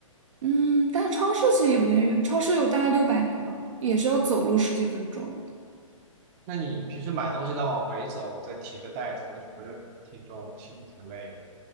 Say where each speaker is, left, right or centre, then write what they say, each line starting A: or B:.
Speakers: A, on the right; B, on the right.
A: 嗯，但是超市其实有点远，超市有大概六百米嘛，也是要走路十几分钟。
B: 那你平时买东西再往回走，再提着袋子，那不是挺重挺挺累的？